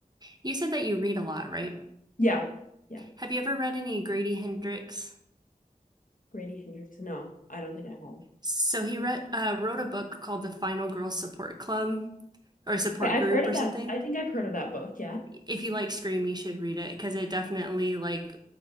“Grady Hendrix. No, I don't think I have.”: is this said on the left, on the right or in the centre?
Left